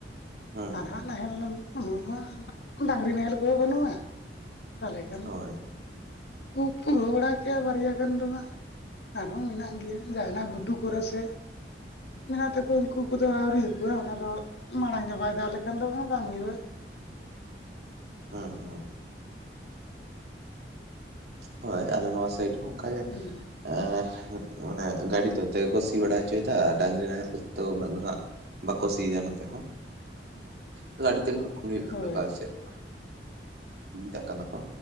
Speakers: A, on the right; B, on the left.
A: ᱦᱮᱸ
B: ᱟᱨ
A: ᱦᱮᱸ
B: ᱦᱟᱸᱜ ᱱᱟᱦᱮᱞ ᱞᱮᱱ <unintelligible> ᱰᱟᱝᱨᱤ ᱱᱟᱦᱮᱞ ᱠᱚᱦᱚᱸ ᱵᱟᱹᱱᱩᱜᱼᱟ, ᱛᱟᱦᱚᱞᱮ ᱠᱷᱟᱱ
A: ᱦᱳᱭ
B: ᱩᱵ ᱯᱩᱨᱟᱹᱣ ᱵᱟᱲᱟ ᱠᱮᱜᱼᱟ ᱵᱟᱨᱭᱟ ᱜᱟᱱ ᱫᱚ ᱦᱟᱜ ᱾ ᱟᱨᱦᱚᱸ ᱢᱮᱱᱟᱜ ᱜᱮᱭᱟ ᱡᱟᱦᱟᱱᱟᱜ ᱜᱷᱩᱴᱩ ᱠᱚᱨᱮ ᱥᱮ ᱢᱮᱱᱟᱜ ᱛᱟᱠᱚᱣᱟ ᱩᱝᱠᱩ ᱠᱚᱫᱚ ᱟᱹᱣᱨᱤᱭᱟᱠᱚᱣᱟ ᱚᱱᱟ ᱫᱚ ᱢᱟᱲᱟᱝ ᱜᱮ ᱵᱟᱭ ᱫᱟᱜ ᱞᱮᱠᱷᱟᱱ ᱫᱚ ᱦᱟᱸᱜ ᱵᱟᱝ ᱦᱩᱭᱩᱜᱼᱟ ᱾
A: ᱦᱮᱸ ᱾ ᱦᱳᱭ, ᱟᱞᱮ ᱱᱚᱣᱟ ᱥᱟᱭᱤᱰ ᱦᱚᱸ ᱚᱝᱠᱟᱜᱮ
B: ᱦᱩᱸ
A: ᱾ ᱮᱻ ᱢᱟᱱᱮ ᱜᱟᱹᱰᱤ ᱛᱚ ᱛᱮᱠᱚ ᱥᱤ ᱵᱟᱲᱟ ᱦᱚᱪᱚᱭᱮᱫᱟ ᱰᱟᱝᱨᱤ ᱱᱟᱦᱮᱞ ᱠᱚᱛᱮ ᱫᱚ ᱩᱱᱟᱹᱜ ᱫᱚ ᱱᱟᱦᱟᱜ ᱵᱟᱠᱚ ᱥᱤᱭᱮᱫᱟ ᱱᱚᱛᱮ ᱦᱚᱸ, ᱛᱟᱦᱚᱞᱮ ᱟᱹᱰᱤ ᱛᱮᱜᱮ <inaudible> ᱦᱩᱭᱩᱜ ᱠᱟᱱ
B: ᱦᱳᱭ
A: ᱛᱟᱠᱚ ᱥᱮᱜ ᱾ ᱫᱟᱠᱟ ᱫᱠᱚᱼᱼ?